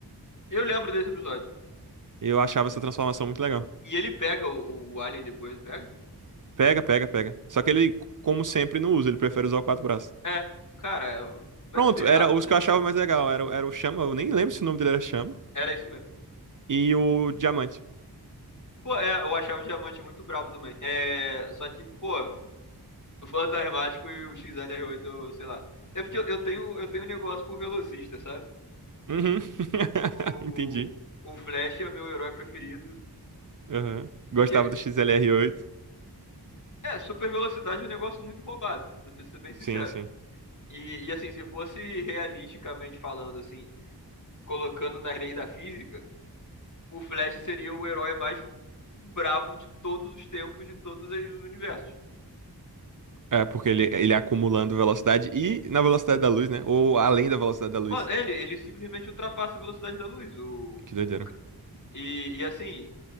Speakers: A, on the left; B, on the right.
A: Eu lembro desse episódio.
B: Eu achava essa transformação muito legal.
A: E ele pega o, o Alien depois, não pega?
B: Pega, pega, pega. Só que ele, como sempre, não usa, ele prefere usar o quatro braços.
A: É. Cara, vai
B: Pronto,
A: se ferrar,
B: era
A: Brunas.
B: os que eu achava mais legal. Era, o- era o Chama, eu nem lembro se o nome dele era Chama,
A: Era isso mesmo.
B: e o Diamante.
A: Pô, é, eu achava o Diamante muito brabo também. É, só que, pô, o Fantasmático e o XLR8, eu- sei lá. É porque eu, eu tenho eu tenho um negócio por velocista, sabe?
B: Uhum.
A: O,
B: <laughs> Entendi.
A: o Flash é meu herói preferido.
B: Uhum.
A: Porque
B: Gostava do XLR8.
A: É, super velocidade é um negócio muito roubado, pra ser bem sincero.
B: Sim, sim.
A: E, e, assim, se fosse realisticamente falando, assim, colocando nas leis da física, o Flash seria o herói mais brabo de todos os tempos, de todos os universos.
B: É, porque ele, ele é acumulando velocidade e na velocidade da luz, né? Ou além da velocidade da luz.
A: Mano, ele, ele simplesmente ultrapassa a velocidade da luz. O,
B: Que doideira.
A: o ca- e, e assim,